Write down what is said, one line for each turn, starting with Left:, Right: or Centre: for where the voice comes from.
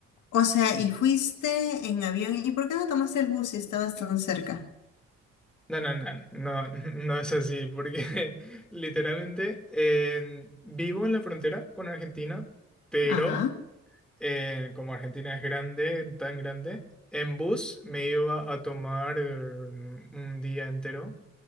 Left: O sea, y fuiste en avión. ¿Y por qué no tomaste el bus si estabas tan cerca?
Centre: No, no, no, no, <laughs> no es así, porque <laughs> literalmente eh, vivo en la frontera con Argentina, pero
Left: Ajá.
Centre: eh, como Argentina es grande, tan grande, en bus me iba a tomar eh, un día entero